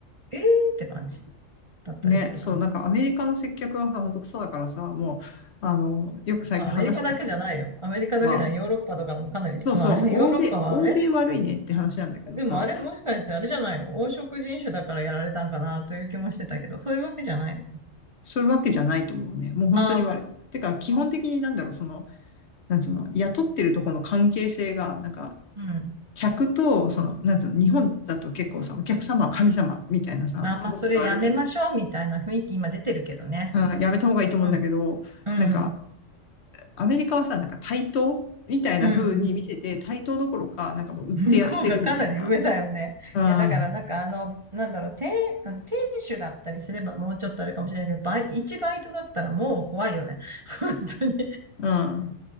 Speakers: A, on the right (about 30°); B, on the left (about 60°).
A: えーって感じだったりするかな。
B: う。ね、そう、なんかアメリカの接客はさ、ほんとクソだからさ、もう、あの、よく最近話してんだけど、
A: まあ、アメリカだけじゃないよ。アメリカだけじゃない。
B: まあ、
A: ヨーロッパとかもかなり。
B: そうそう、
A: まあ、あれはヨーロッパはあれ
B: 欧米、欧米悪いねって話なんだけどさ、
A: でもあれ、もしかしてあれじゃないの黄色人種だからやられたんかなという気もしてたけど、そういうわけじゃないの
B: そういうわけじゃないと思うね。もう本当に悪い。
A: ああ、
B: てか、基本的になんだろう、
A: まあ、OK
B: その、なんつうの、雇ってるとこの関係性が、なんか、
A: うん。
B: 客と、その、なんつうの、日本だと結構さ、お客様は神様みたいなさ、
A: あーまあ、
B: 文化があるけど、
A: それやめましょうみたいな雰囲気今出てるけどね。
B: うん、やめた方がいいと思うんだけど、
A: うん、うん、
B: なんか、
A: うん。
B: アメリカはさ、なんか対等みたいな風に見せて、
A: うん
B: 対等どころか、なんかもう売ってやってるみたいな。
A: 向こうがかなり上だよね。
B: うん、
A: いや、だからなんかあの、なんだろう、店、あの店主だったりすればもうちょっとあれかもしれないけど、バイ、一バイトだったらもう怖いよね。<laughs> 本当に。
B: うん。